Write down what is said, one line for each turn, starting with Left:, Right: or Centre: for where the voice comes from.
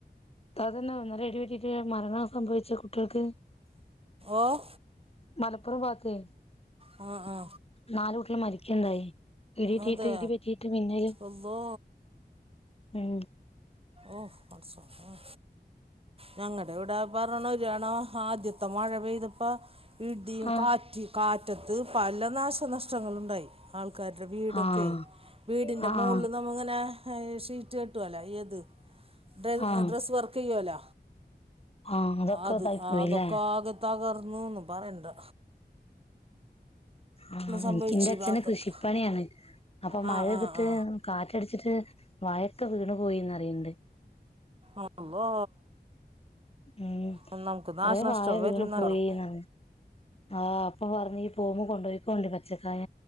Left: തതന്നെ ഇന്നലെ ഇടി വെട്ടിട്ട് മരണം സംഭവിച്ച കുട്ടികൾക്ക്
Right: ഓഹ്
Left: മലപ്പുറം ഭാത്ത്
Right: ആ ആ
Left: നല് കുട്ടിള് മരിക്കണ്ടായി ഇടിട്ടീ
Right: അതെ
Left: ട്ട് ഇടിപറ്റീട്ട് മിന്നലും
Right: അള്ളോ
Left: ഉം
Right: ഓഹ് പടച്ചോനെ ഞങ്ങളടെ ഇവിടെ പറഞ്ഞണ ഒരുയാണോ ആദ്യത്തെ മഴ പെയ്തിപ്പ ഇടിയും
Left: ആഹ്
Right: കാറ്റ് കാറ്റത്ത് പല നാശനഷ്ടങ്ങളുണ്ടായി ആൾക്കാരുടെ വീടൊക്കെ
Left: ആഹ്
Right: വീടിൻ്റെ
Left: ആഹ്
Right: മുകളിൽ നമ്മ ഇങ്ങനെ ഷീറ്റ് കെട്ടുവല്ലേഏത് ഡ
Left: ആഹ്
Right: ഡ്രസ്സ് വർക്ക് ചെയ്യുവല്ല
Left: ആഹ് അതൊക്കെ
Right: അത്
Left: ഇതായി പോയില്ലേ
Right: അതൊക്കെ ആക തകർന്നു ന്ന് പറയണ്ട്
Left: ആഹ്
Right: സംഭവിച്ചു
Left: എനിക്ക എന്റെ
Right: ഈ
Left: അച്ഛന്
Right: ഭാഗത്തൊക്കെ
Left: കൃഷിപ്പണിയാണ് അപ്പൊ മഴയ്തിട്ട്
Right: ആ ആ ആ
Left: കാറ്റടിച്ചിട്ട് വഴക്കെ വീണ് പോയിന്ന് അറിയണ്ട്
Right: അള്ളോ
Left: ഉം
Right: നമക്ക് നാശനഷ്ടം
Left: കൊറേ വാഴ
Right: വരുനല്ലോണം
Left: വീണ് പോയിന്നാണ് ആഹ് അപ്പൊ പറഞ്ഞ് ഈ പോവുമ്പം കൊണ്ടോയിക്കോണ്ട് പച്ചക്കായ